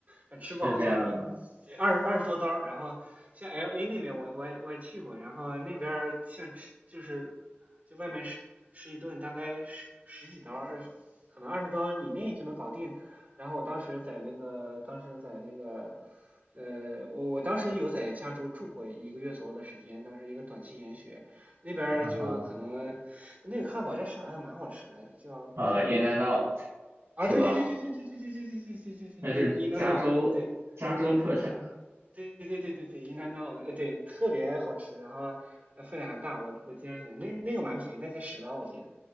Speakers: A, on the right; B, on the right.
A: 想吃饱就一对二二十多刀，
B: 是这样的，
A: 然后像 L A 那边我我也我也去过，然后那边像吃就是就外面吃吃一顿大概十十几刀，二可能二十刀以内就能搞定。然后我当时在那个当时在那个呃，我我当时有在加州住过一个月左右的时间，当时一个短期研学，那边儿就可能那个汉堡叫啥来着，
B: 嗯哼，
A: 蛮好吃来着，叫
B: 呃，In and Out
A: 啊，
B: 是吧？
A: 对对对对对对对对对对对对对对，In
B: 那是加州加州特产，
A: In a n o 对对对对对对对对 In a n o 的，呃，对，特别好吃，然后呃分量还大，我我经常喜欢，那那个蛮便宜，那才十刀我记得，